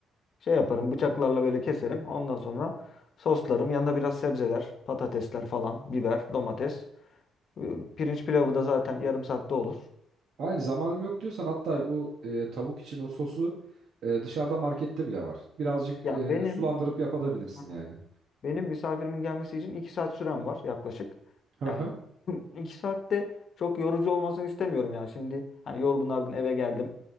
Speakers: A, on the left; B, on the right.
A: şey yaparım. Bıçaklarla böyle keserim. Ondan sonra soslarım. Yanında biraz sebzeler, patatesler falan, biber, domates. E, Pirinç pilavı da zaten yarım saatte olur.
B: Hayır zamanım yok diyorsan hatta o e, tavuk için o sosu e, dışarıda markette bile var. Birazcık
A: Ya
B: e,
A: benim
B: sulandırıp yapabilirsin
A: Hı hı.
B: yani.
A: benim misafirimin gelmesi için 2 saat sürem var yaklaşık.
B: Hı
A: Yani
B: hı.
A: <clears throat> 2 saatte çok yorucu olmasını istemiyorum yani. Şimdi hani yorgun argın eve geldim.